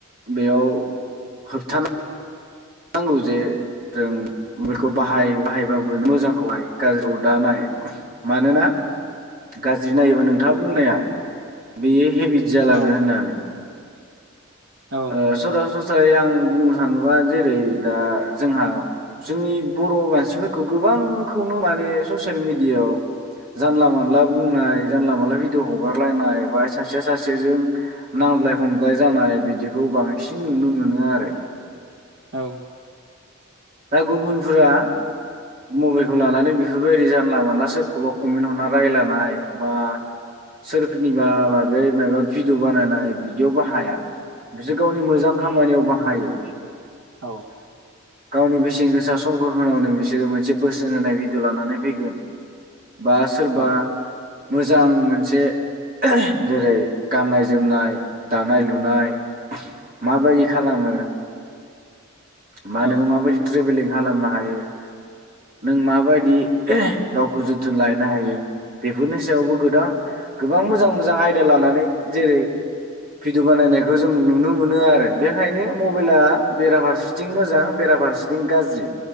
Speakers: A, on the right; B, on the right.
A: बेयाव होबथानो। नांगौ जे, जों मबायलखौ बाहाय बाहायबाबो मोजांखौहायो गाज्रिखौ दा नाय। मानोना गाज्रि नायोबा नोंथाङा बुंनाया बे हेबिट जालाङो
B: औ
A: होननानै।
B: औ
A: ओ सरासनसृरा नाथाय आं बुंनो थाङोबा जेरै दा, जोंहा जोंनि बर' मानसिफोरखौ गोबांखौनो माने ससियेल मिेडियाआव जानला मानला बुंनाय जानला मोनानला भिदिअ हगारलायनाय बा सासेया सासेजों नांज्लाय खमज्लाय जानाय बिदि बेखौ बांसिन नुनो मोनो आरो।
B: औ
A: दा गुबुनफोरा मबाइलखौ लानानै बेफोरबायदि जानला मानला सोरखौबा कमेन्ट हरना रायलायनाय बा सोरनिबा माबै माबा भिडिअ बानायनाय बिदियाव बाहाया बिसोर गावनि मोजां खामानियाव बाहायो।
B: औ
A: गावनि बेसेन गोसा समखौ होनानैनो बिसोरो मोनसे, बोसोन होनाय भिडिअ लानानै फैगोन बा सोरबा
B: औ
A: मोजां मोनसे जेरै गाननाय जोमनाय दानाय लुनाय माबायदि खालामो। मा
B: औ
A: नोङो माबायदि ट्रेभेलिं खालामनो हायो, नों माबायदि गावखौ जोथोन लाहनो हायो? बेफोरनि सायावबो गोबां गोबां मोजां मोजां आयदा लानानै जेरै भिडिअ बानायनायखौ जों नुनो मोनो आरो बेखायनो मबाइला बेराफारसे। थिं मोजां बेराफारसेथिं गाज्रि।